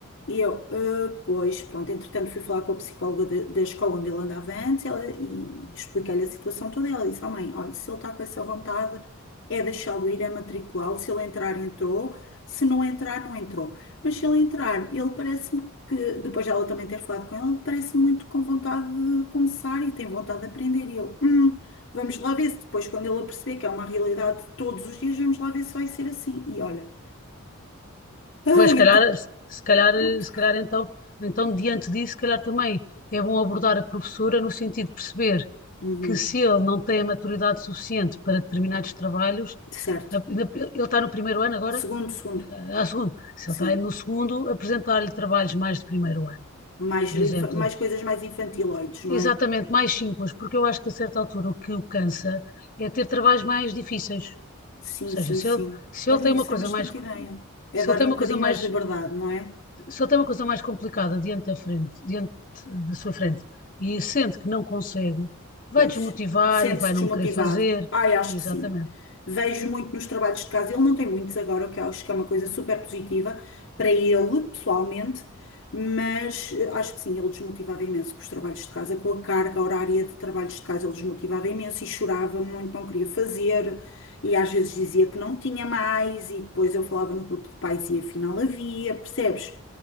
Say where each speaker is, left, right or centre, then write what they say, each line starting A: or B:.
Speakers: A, on the left; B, on the left.
A: E eu, "Ah, pois, pronto, entretanto fui falar com a psicóloga da, da escola onde ele andava antes ela, e expliquei-lhe a situação toda. Ela disse, oh mãe, olha, se ele está com essa vontade, é deixá-lo ir, é matriculá-lo. Se ele entrar, entrou. Se não entrar, não entrou. Mas se ele entrar, ele parece-me que, depois de ela também ter falado com ele, parece muito com vontade de começar e tem vontade de aprender. E eu, hum, vamos lá ver se depois, quando ele perceber que é uma realidade de todos os dias, vamos lá ver se vai ser assim. E olha, ai,
B: Pois, se calhar,
A: entre...
B: se calhar,
A: Pronto.
B: se calhar então, então, diante disso, se calhar também é bom abordar a professora no sentido de perceber
A: Uhum,
B: que se ele não tem a maturidade suficiente para determinados trabalhos,
A: certo.
B: a- ainda- ele está no primeiro ano agora,
A: Segundo, segundo,
B: a segundo. Se
A: sim.
B: ele está aí no segundo, apresentar-lhe trabalhos mais de primeiro ano,
A: Mais,
B: por
A: infa-
B: exemplo.
A: mais coisas mais infantiloides, não
B: Exatamente,
A: é?
B: mais simples, porque eu acho que a certa altura o que o cansa é ter trabalhos mais difíceis.
A: Sim,
B: Ou seja,
A: sim,
B: se
A: sim.
B: ele, se
A: Olha,
B: ele tem
A: isso
B: uma coisa
A: é uma excelente
B: mais, co-
A: ideia. É
B: se
A: dar-lhe
B: ele tem uma
A: um bocadinho
B: coisa mais
A: mais de liberdade, não é?
B: se ele tem uma coisa mais complicada diante da frente, diante da sua frente, e sente que não consegue, vai
A: Pois,
B: desmotivar
A: sente-se
B: e vai
A: desmotivado.
B: não querer fazer.
A: Ai, acho
B: Exatamente.
A: que sim. Vejo muito nos trabalhos de casa. Ele não tem muitos agora, o que eu acho que é uma coisa super positiva para ele, pessoalmente, mas eh, acho que sim, ele desmotivava imenso com os trabalhos de casa, com a carga horária de trabalhos de casa, ele desmotivava imenso e chorava muito, não queria fazer, e às vezes dizia que não tinha mais, e depois eu falava no grupo de pais e afinal havia, percebes?